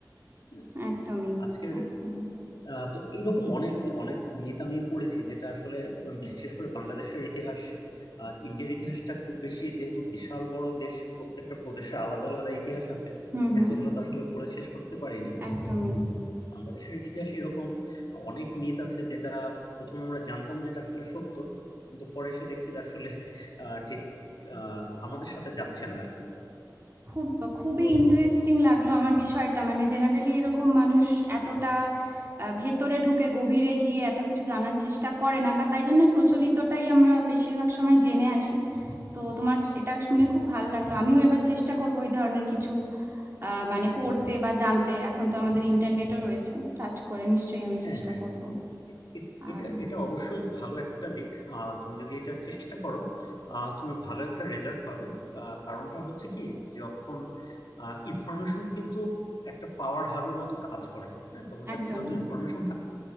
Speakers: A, on the left; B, on the right.
A: হ্যাঁ,
B: একদমই
A: আজকের
B: একদমই
A: আহ, তো এরকম অনেক অনেক মিথ আমি পড়েছি যেটা আসলে উম, বিশেষ করে বাংলাদেশের ইতিহাস আহ, ইন্ডিয়ার ইতিহাসটা খুব বেশি যেহেতু বিশাল বড় দেশ প্রত্যেকটা প্রদেশের আলাদা আলাদা ইতিহাস আছে
B: হুম হুম
A: এতগুলো তো আসলে পড়ে শেষ করতে পারিনি
B: একদমই
A: বাংলাদেশের ইতিহাসে এরকম অনেক মিথ আছে যেটা প্রথমে আমরা জানতাম যেটা আসলে সত্য কিন্তু পরে এসে দেখছি যে আসলে আহ ঠিক আহ আমাদের সাথে যাচ্ছে না আর কি
B: খুব খুবই
A: তো
B: ইন্টারেস্টিং লাগলো আমার বিষয়টা মানে জেনারেলি এরকম মানুষ এতটা আহ, ভেতরে ঢুকে গভীরে গিয়ে এত কিছু জানার চেষ্টা করে না কা- তাই জন্য প্রচলিতটাই আমরা বেশিরভাগ সময় জেনে আসি তো তোমার এটা শুনে খুব ভালো লাগলো আমিও এবার চেষ্টা করবো এই ধরনের কিছু আহ মানে পড়তে বা জানতে এখন তো আমাদের ইন্টারনেটও রয়েছে সার্চ করে নিশ্চয়ই আমি
A: হ্যাঁ
B: চেষ্টা
A: হ্যাঁ
B: করব
A: এ-
B: আর
A: এটা এটা অবশ্যই ভালো একটা দিক আহ, তুমি যদি এটা চেষ্টা করো আহ, তুমি ভালো একটা রেজাল্ট পাবে আহ, কারণটা হচ্ছে কি যখন ইনফরমেশন কিন্তু একটা পাওয়ার হাবের মতো কাজ করে হ্যাঁ তোমার
B: একদমই
A: কাছে যত ইনফরমেশন থাকবে